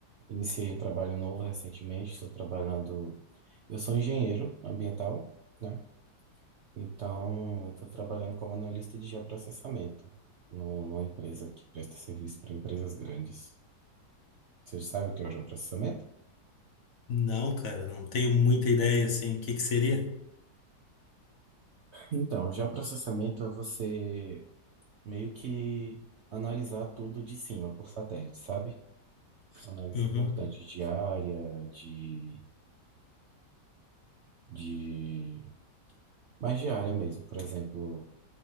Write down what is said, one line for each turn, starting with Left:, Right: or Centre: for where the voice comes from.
Right: Iniciei um trabalho novo recentemente. Estou trabalhando. Eu sou engenheiro ambiental, né? Então, eu estou trabalhando como analista de geoprocessamento no, numa empresa que presta serviço para empresas grandes. Você sabe o que é o geoprocessamento?
Left: Não, cara, não tenho muita ideia, assim, o que que seria?
Right: Então, o geoprocessamento é você meio que analisar tudo de cima por satélite, sabe? Análise
Left: Uhum.
Right: importante de área, de, de... Mais de área mesmo. Por exemplo,